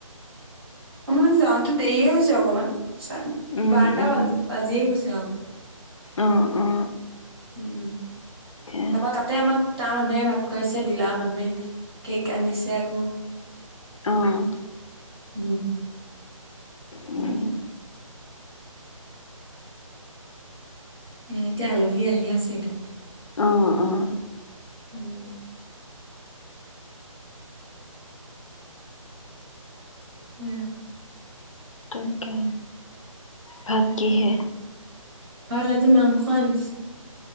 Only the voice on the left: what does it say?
উম
উম
অ অ
অ',
অ',
উম।
অ', অ',
তাকে ভাত কিহে